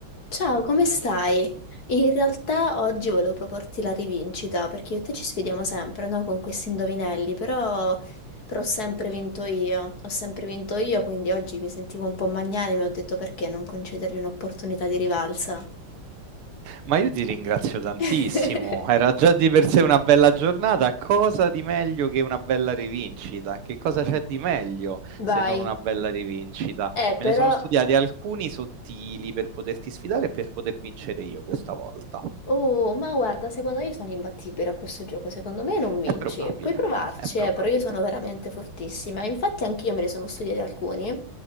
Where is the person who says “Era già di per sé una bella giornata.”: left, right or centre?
Right